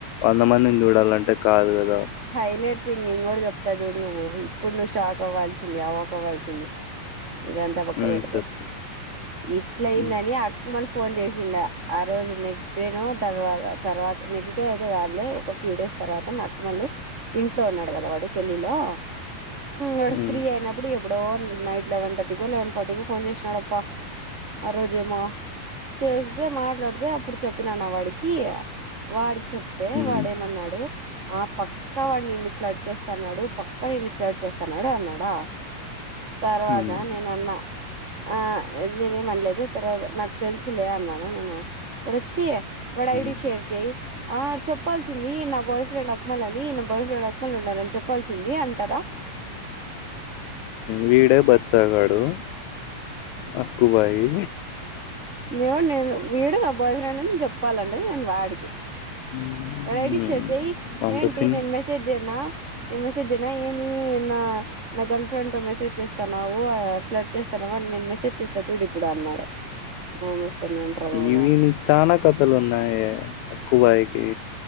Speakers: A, on the left; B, on the right.
A: వంద మందిని చూడాలంటే కాదు కదా
B: హైలైట్ థింగ్ ఇంగోటి చెప్తా చూడు నువ్వు ఇప్పుడు నువ్వు షాక్ కవ్వల్సింది అవ్వకవాల్సింది ఇదంతా పక్క
A: ఉమ్
B: పెడితే
A: చెప్పు
B: ఇట్లయిందని
A: ఉమ్
B: అకు మల్ ఫోన్ చేసిండ ఆ రోజు నెక్స్ట్ డే నో తర్వా తర్వాత నెక్స్ట్ డే అయితే కాదులే ఒక ఫ్యూ డేస్ తర్వాత నాకు వాళ్ళు ఇంట్లో ఉన్నాడు కదా వాడు పెళ్ళిలో వాడు
A: ఉమ్
B: ఫ్రీ అయినప్పుడు ఎప్పుడో నైట్ లెవెన్ థర్టీ కో లెవెన్ ఫార్టీ కో ఫోన్ చేసినడప్ప ఆ రోజేమో చేస్తే మాట్లాడితే అప్పుడు చెప్పినాన్న వాడికి వాడి చెప్తే
A: ఉమ్
B: వాడేమన్నాడు ఆ పక్క వాడినిన్ని ఫ్లడ్ చేస్తన్నాడు పక్క నిన్ని ఫ్లడ్ చేస్తన్నాడు అన్నాడా తర్వాత
A: ఉమ్
B: నేనన్నా ఆ నేనేమనలేదు తర్వాత నాకు తెలుసులే అన్నాన నేను వాడొచ్చి వాడి
A: ఉమ్
B: ఐడి షేర్ చెయి ఆ చెప్పాల్సింది నా బాయ్ ఫ్రెండ్ ఉక్మల్ అని నా బాయ్ ఫ్రెండ్ రక్మల్ ఉండరని చెప్పాల్సింది అంటారా
A: వీడే బచ్చగాడు అక్కుబాయి
B: నియో నేను వీడు నా బాయ్ ఫ్రెండ్ అని చెప్పాలంటే నేను వాడికి
A: ఉమ్
B: వాడి ఐడీ
A: ఉమ్.
B: షేర్ చేయి
A: అంత
B: ఏంటి
A: సిన్
B: నేను మెసేజ్ చేయన్న నేను మెసేజ్నా ఏమి నా నా గర్ల్ ఫ్రెండ్ తో మెసేజ్ చేస్తాన్నావు ఫ్లట్ చేస్తా నావా నేను మెసేజ్ చేస్తా చూడు ఇప్పుడు అన్నాడు నోరు మూసుకొని ఉండ్రా బాబు
A: ఇవి
B: అన్న
A: నీకి చనా కథలు ఉన్నాయే అక్కుబాయికి